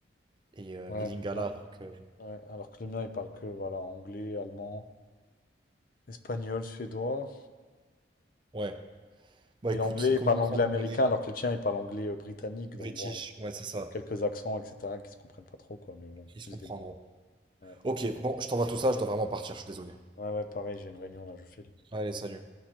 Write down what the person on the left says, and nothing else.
Ouais,
ah,
ouais, alors que le mien, il parle que voilà, anglais, allemand, espagnol, suédois.
Et l'anglais,
il
parle anglais
américain,
alors que le tien, il parle anglais euh, britannique.
Donc bon, il y
a
quelques accents, etc., qui se comprennent pas trop, quoi. Mais bon,
ils
se débrouillent. Ouais,
ouais, ouais, pareil, j'ai une réunion là, je file.